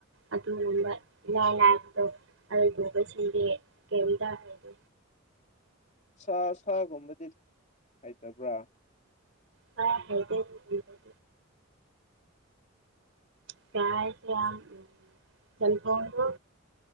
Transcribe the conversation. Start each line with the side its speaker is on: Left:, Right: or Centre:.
Right: ꯑꯗꯨꯒꯨꯝꯕ꯫ ꯢꯅꯥꯢ ꯅꯥꯏꯕꯗꯣ ꯑꯗꯨꯒꯨꯝꯕꯁꯤꯡꯗꯤ ꯀꯩꯝꯇ ꯍꯩꯗꯦ꯫
Left: ꯁꯥ ꯁꯥꯒꯨꯝꯕꯗꯤ ꯍꯩꯇꯕ꯭ꯔꯥ?
Right: ꯈꯔ ꯍꯩꯇꯦ <unintelligible> <unintelligible> ꯆꯝꯊꯣꯛꯗꯣ꯫